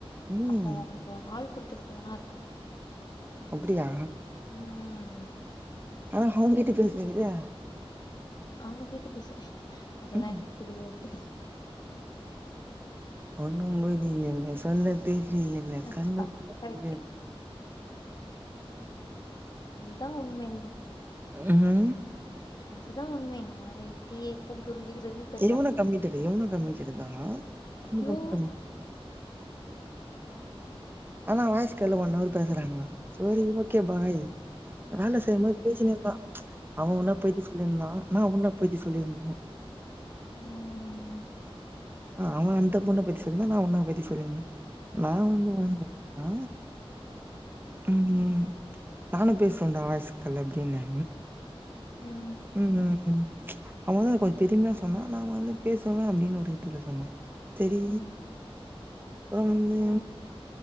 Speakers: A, on the right; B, on the left.
A: ம்
B: அப்போ ஒங்க ஆள் குடுத்த ஃபோனா இருக்கு
A: அப்டியா
B: உம்
A: ஆனா ஹவ்ங்கிட்ட பேசினிக்கிது
B: அவங்க கிட்ட பேசினு அதெல்லா
A: ம்
B: எனக்கு தெரியாது
A: ஒண்ணும்புரியல சொல்ல தெரியல
B: அதுதா
A: கண்ணு முழியில்
B: கரெக்ட் அதுதா உண்மை
A: உம்
B: அதுதா உண்மை யாரையு டியே எப்போ புரிஞ்சிக்கிறதுன் தெர்ல
A: இவனு கம்மிட்டடு இவனு கம்மிட்டடு தா அந்த
B: யோ
A: பொண்ணு கம்மி ஆனா வாய்ஸ்கால்லு ஒன்னவரு பேசுறாங்களா சோரீ ஓகே பாய் வேல செய்யம்போது
B: ம்
A: பேசினிருந்தா அவ ஒன்ன பத்தி சொல்லிருந்தா நா உன்ன பத்தி சொல்லிருந்தே
B: உம்
A: அ அவ அந்த பொண்ண பத்தி சொல்லிருந்தா நா உன்னா பத்தி சொல்லிருந்தே நா வந்து <unintelligible> னா உம் நானு பேசுவன்டா வாய்ஸ் கால் அப்டினூ
B: உம்
A: ம் ம் ம் அவ வந்து அத கொஞ்சோ பெருமையா சொன்னா நா வந்து பேசுவே அப்டினு ஒரு இதுல சொன்னே தெரீ
B: ம்
A: அப்பறோ வந்து
B: ஓ